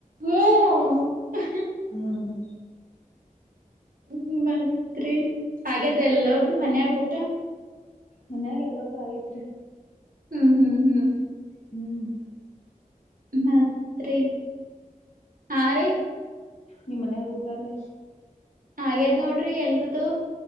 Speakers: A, on the right; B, on the left.
A: ಹ್ಮ್
B: ಹ್ಮ
A: ಹುಹು <unintelligible> ರೀ ಆಗೇದ ಎಲ್ಲಾರ್ದು ಮನೆಯಾಗ್ ಊಟಾ?
B: ಮನ್ಯಾಗ ಎಲ್ಲರ್ದು ಆಗೇತ್ರಿ
A: ಹ್ಮ್ ಹ್ಮ್ ಹ್ಮ್
B: ಹ್ಮ್
A: ಮತ್ರಿ? ಹಾ.. ರೀ
B: ನಿಮ್ಮ ಮನ್ಯಾಗ ಊಟ ರೀ?
A: ಆಗ್ಯಾದ್ ನೋಡ್ರಿ ಎಲ್ರುದು.